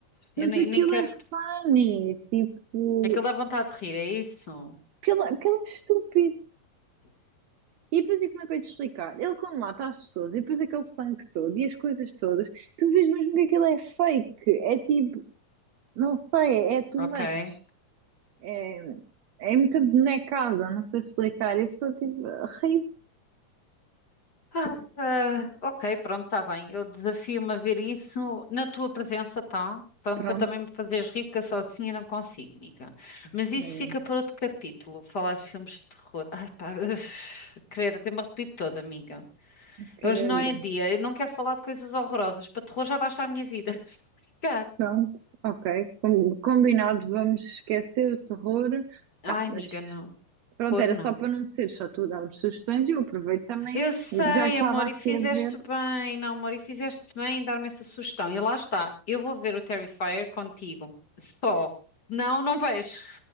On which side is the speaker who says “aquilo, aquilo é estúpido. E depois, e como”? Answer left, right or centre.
Right